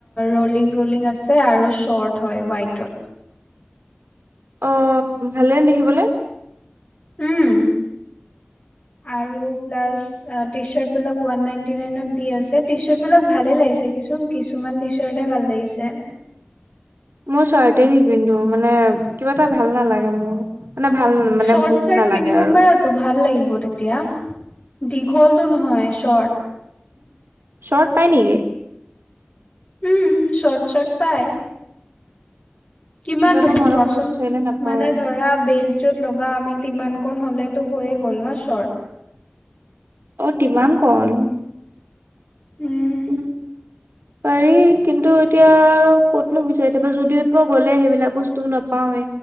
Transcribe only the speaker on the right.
অ'! ভালে দেখিবলৈ।
মই শাৰ্টেই নিপিন্ধো। মানে, কিবা এটা ভাল নালাগে মোৰ! মানে ভাল মানে
মোক
নালাগে
আৰু
শৰ্ট পাই নেকি
জানো
মই
দেখোন বিচাৰিলে নাপাওঁৱে
অ তিমান কণ
উ পাৰি কিন্তু এতিয়া আৰু ক'তনো বুজাই কো যুদিওত গ'লে সেইবিলাক বস্তুও নাপাওৱে